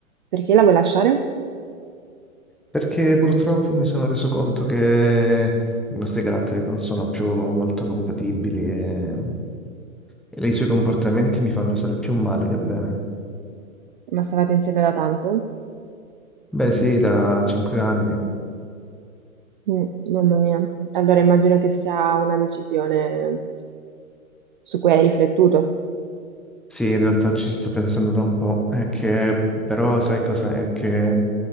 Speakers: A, on the right; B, in the centre.
A: perché la vuoi lasciare?
B: Perché purtroppo mi sono reso conto che i nostri caratteri non sono più molto compatibili e E i suoi comportamenti mi fanno stare più male che bene.
A: Ma stavate insieme da tanto?
B: Beh, sì, da cinque anni.
A: Mm, mamma mia. Allora immagino che sia una decisione su cui hai riflettuto.
B: Sì, in realtà ci sto pensando da un po'. È che, però, sai cosa? È che